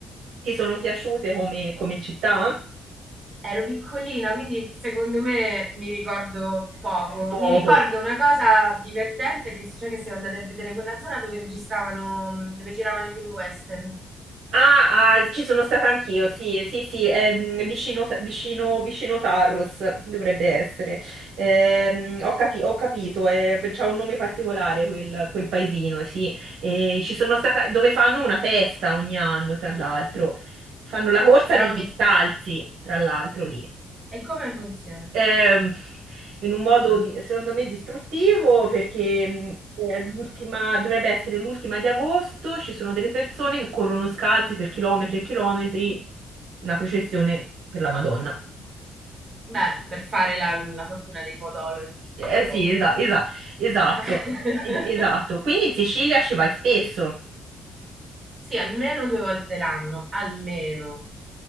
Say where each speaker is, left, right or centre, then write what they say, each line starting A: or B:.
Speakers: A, on the right; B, on the right.
A: Ti sono piaciute come, come città?
B: Ero piccolina, quindi secondo me mi ricordo poco.
A: Poco.
B: Mi ricordo una cosa divertente che cioè che siamo andati a vedere quella zona dove registravano, dove giravano i film western.
A: Ah, ah, ci sono stata anch'io, sì, sì, sì, è, mm, vicino, vicino, vicino Tarros dovrebbe essere. Ehm, ho capi- ho capito, eh, c'ha un nome particolare quel, quel paesino, sì. E ci sono stata, dove fanno una festa ogni anno, tra l'altro. Fanno la corsa
B: Però
A: degli
B: mi...
A: scalzi, tra l'altro, lì.
B: E come funziona?
A: Ehm, in un modo
B: Mm.
A: di- secondo me distruttivo perché mh, è l'ultima- dovrebbe essere l'ultima di agosto, ci sono delle persone che corrono scalzi per chilometri e chilometri, una processione per la Madonna.
B: Beh, per fare la, la fortuna dei podologi subito
A: Eh,
B: dopo,
A: sì, esa-
B: in realtà.
A: esa- esatto,
B: <laughs>
A: e- esatto. Quindi in Sicilia ci vai spesso.
B: Sì, almeno due volte l'anno, almeno.